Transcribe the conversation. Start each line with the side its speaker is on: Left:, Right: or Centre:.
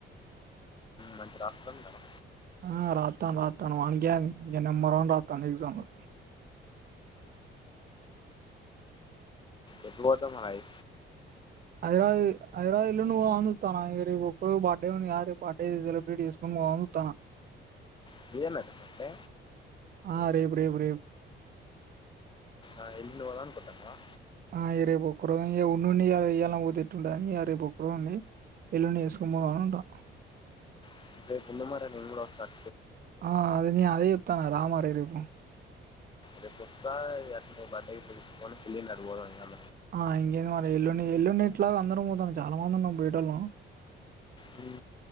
Left: మంచి రాష్ట్రం కదా
Right: ఆ రాత్తా రాత్ తను మన గ్యాంగ్ ఇంగ నెంబర్ వన్ రాత్తాంది ఎగ్జామ్ ల
Left: ఎట్లుత మరియి
Right: హైదరాబాద్ హైదరాబాద్ ఎల్లుండి పోదామని రేపు ఒక్కరోజు బర్డే ఉంది గా <unintelligible> సెలబ్రేట్ చేసుకొని పోద్దాం అని చూత్తాన్నా
Left: ఇదేనండి అంటే
Right: ఆ రేపు రేపు
Left: ఆ ఎను వలానుకుంటున్నావా
Right: ఆ ఎ రేపొక్కరోజే ఉండిండి ఇయ్యాలన పోతే ఎట్లుంటదని అ రేపొక్కరోజుండి ఎల్లుండి ఏస్కోని పోదాం అని ఉండా
Left: రేపు ఇదే చిన్న మస్త
Right: ఆ అది నీ అదే చెప్తాను చానా రా మరి రేపు
Left: రద పస్తా ఎన రపా డై పో సలిండర్ పోద అ
Right: ఆ ఇంకేంది మరి ఎల్లుండి ఎల్లుండిట్లాగా అందరం పోతాం చాలా మంది ఉన్నాం పొయ్యేటోల్లం
Left: అ